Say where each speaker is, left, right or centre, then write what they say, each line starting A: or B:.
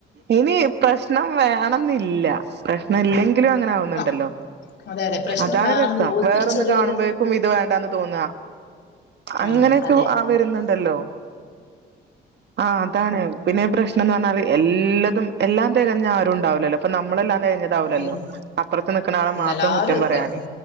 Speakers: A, on the right (about 60°); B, on the left (about 60°).
A: ഇനി പ്രശ്നം വേണന്നില്ല. പ്രശ്നം ഇല്ലെങ്കിലും അങ്ങനെ ആവുന്നുണ്ടല്ലോ.
B: ആഹ് അതെ അതെ പ്രശ്നം
A: അതാണ്
B: വേണെന്നില്ല
A: രസം
B: ഓൽക്കൊരു
A: വേറൊന്ന്
B: ചെറിയൊരു
A: കാണുമ്പോഴേക്കും ഇത് വേണ്ടാന്ന് തോന്ന. അങ്ങനെയൊക്കെ
B: ആഹ് അതെ
A: ആ വരുന്നുണ്ടല്ലോ. ആഹ് അതാണ് പിന്നെ പ്രശ്നംന്ന് പറഞ്ഞാല് ല്ലതും എല്ലാം തികഞ്ഞ ആരുംണ്ടാവില്ലല്ലോ. അപ്പ നമ്മളെല്ലാം തികഞ്ഞതാവില്ലല്ലോ
B: വരും
A: അപ്പറത്ത് നിക്കുന്ന ആളെ
B: എല്ലാരും
A: മാത്രം കുറ്റം
B: അത്
A: പറയാന്.
B: തന്നെയാ